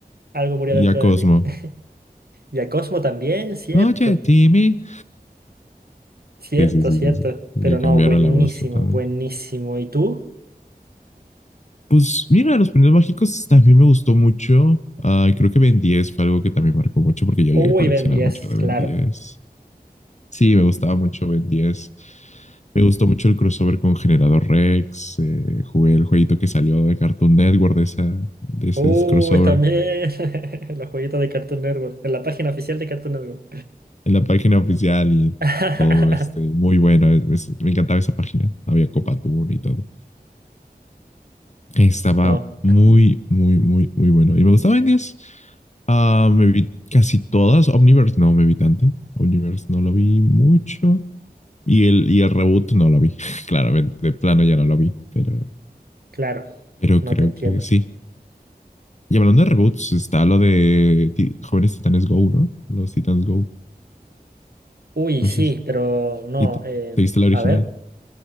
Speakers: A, on the right; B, on the left.
A: Algo murió
B: Y
A: dentro
B: a Cosmo.
A: de mí. <laughs> Y a Cosmo también, cierto.
B: Oye, Timmy.
A: Cierto,
B: Sí, sí, sí,
A: cierto.
B: sí, sí. Le
A: Pero
B: cambiaron
A: no, buenísimo,
B: la voz totalmente.
A: buenísimo. ¿Y tú?
B: Pues mira, los primeros mágicos también me gustó mucho. Ah, creo que Ben 10 fue algo que también marcó mucho porque yo
A: Uy,
B: llegué a coleccionar
A: Ben 10,
B: mucho de Ben
A: claro.
B: 10. Sí, me gustaba mucho Ben 10. Me gustó mucho el crossover con Generador Rex. eh, jugué el jueguito que salió de Cartoon Network de, esa, de ese
A: Uy,
B: crossover
A: también. <laughs> Los jueguitos de Cartoon Network. En la página oficial de Cartoon Network.
B: en la página oficial y
A: <laughs>
B: todo este, muy bueno. Es- es- me encantaba esa página. Había Copa Tour y todo. Estaba
A: No.
B: muy, muy, muy, muy bueno. Y me gustaba Indies. Ah, me vi casi todas. Omniverse no me vi tanto. Omniverse no lo vi mucho. Y el, y el reboot no lo vi. <laughs> Claramente, de plano ya no lo vi. Pero,
A: Claro,
B: pero
A: no
B: creo
A: te entiendo.
B: que sí. Y hablando de reboots, está lo de Ti- Jóvenes Titanes Go, ¿no? Los Titans Go.
A: Uy,
B: Entonces,
A: sí, pero no.
B: ¿y te,
A: eh,
B: te viste la original?
A: a ver,